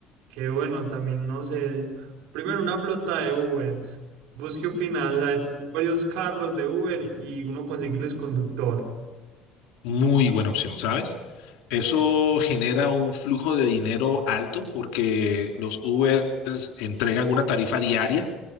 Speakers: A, on the right (about 80°); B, on the left (about 85°).
A: que bueno, también no sé, primero una flota de Ubers, ¿vos qué opinas? O sea, de tener varios carros de Uber y uno conseguirles conductor.
B: Muy buena opción, ¿sabes? Eso genera un flujo de dinero alto porque los Ubers entregan una tarifa diaria